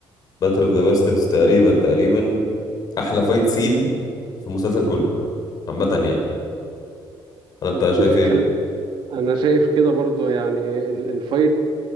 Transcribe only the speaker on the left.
باتل اوف ذا باسترز تقريبا تقريبا احلى فايت سين في المسلسل كله عامه يعني انا انت شايف
ايه